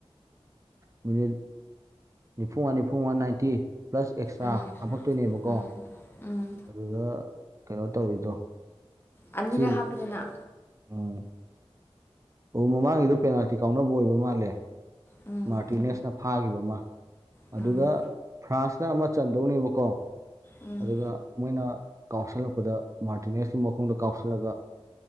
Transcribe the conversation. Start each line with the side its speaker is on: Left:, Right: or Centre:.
Right: ꯃꯗꯤ ꯅꯤꯐꯨ ꯃꯪꯉ ꯅꯤꯐꯨ ꯃꯪꯉ ꯅꯥꯏꯟꯇꯤ ꯄ꯭ꯂꯁ ꯑꯦꯛꯁꯇ꯭ꯔꯥ
Left: ꯎꯝ
Right: ꯍꯥꯞꯄꯛꯇꯣꯏꯅꯦꯕꯀꯣ
Left: ꯎꯝ ꯎꯝ
Right: ꯑꯗꯨꯗ ꯀꯩꯅꯣ ꯇꯧꯔꯤꯗꯣ
Left: ꯑꯅꯤꯔꯛ
Right: ꯆꯦꯜꯂꯤ
Left: ꯍꯥꯞꯄꯤꯗꯅ
Right: ꯎꯝ ꯑꯣ ꯃꯃꯥꯡꯒꯤꯗꯨ ꯄꯦꯅꯥꯜꯇꯤ ꯀꯥꯎꯅꯕ ꯑꯣꯏꯕ ꯃꯥꯜꯂꯦ
Left: ꯎꯝ
Right: ꯃꯥꯔꯇꯤꯅꯦꯁꯅ ꯐꯥꯒꯤꯕ ꯑꯃ ꯑꯗꯨꯗ
Left: ꯎꯝ
Right: ꯐ꯭ꯔꯥꯟꯁꯅ ꯑꯃ ꯆꯟꯗꯧꯅꯦꯕꯀꯣ
Left: ꯎꯝ
Right: ꯑꯗꯨꯒ ꯃꯣꯏꯅ ꯀꯥꯎꯁꯤꯜꯂꯛꯄꯗ ꯃꯥꯔꯇꯤꯅꯦꯁꯀꯤ ꯃꯈꯣꯡꯗ ꯀꯥꯎꯁꯤꯜꯂꯒ